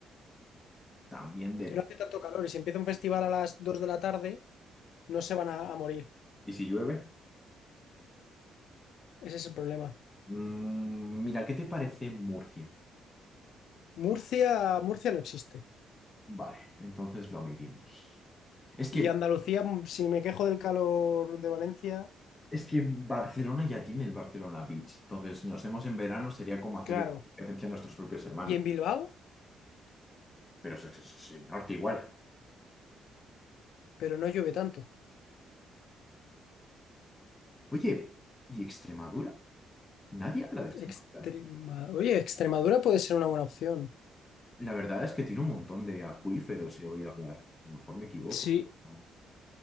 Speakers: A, on the left; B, on the left.
A: También de...
B: que no hace tanto calor y si empieza un festival a las 2 de la tarde, no se van a, a morir.
A: ¿Y si llueve?
B: Ese es el problema.
A: Mm, Mira, ¿qué te parece Murcia?
B: Murcia, Murcia no existe.
A: Vale, entonces lo medimos Es que,
B: Y Andalucía, si me quejo del calor de Valencia,
A: es que Barcelona ya tiene el Barcelona Beach, entonces si nos vemos en verano sería como hacer
B: claro.
A: competencia a nuestros propios hermanos,
B: Y en Bilbao,
A: pero es, es- es el norte igual.
B: pero no llueve tanto.
A: Oye, ¿y Extremadura? Nadie habla de Extremadura.
B: Extrema- Oye, Extremadura puede ser una buena opción.
A: La verdad es que tiene un montón de acuíferos, he oído hablar. A lo mejor me equivoco.
B: Sí,
A: pero- no.